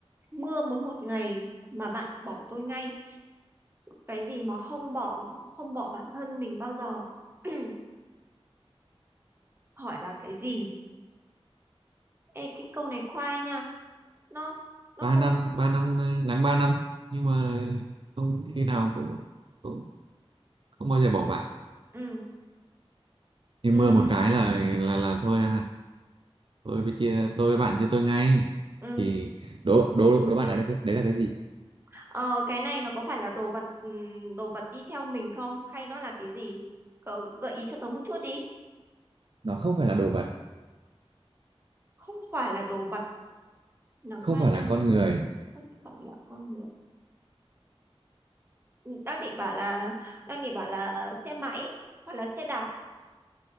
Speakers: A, on the right; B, on the right.
A: mưa mới một ngày mà bạn bỏ tôi ngay cái gì mà không bỏ không bỏ bản thân mình bao giờ <clears throat> hỏi là cái gì Ê, cái câu này khoai nha nó nó
B: ba
A: không
B: năm ba năm ờ, nắng ba năm nhưng mà không khi nào cũng cũng không bao giờ bỏ bạn
A: ừ
B: thì
A: ừ
B: mưa một cái là là là thôi à tôi với chia tôi với bạn chia tôi ngay
A: ừ
B: thì đố đố đố bạn đấy là cái- đấy là cái gì
A: Ờ, cái này nó có phải là đồ vật ừm, đồ vật đi theo mình không hay nó là cái gì? Cậu gợi ý cho tớ một chút đi.
B: nó không phải là đồ vật
A: Không phải là đồ vật nắng
B: không
A: 3
B: phải
A: năm,
B: là con người
A: không phải là con người. Ừ, Đang định bảo là đang định bảo là xe máy hoặc là xe đạp.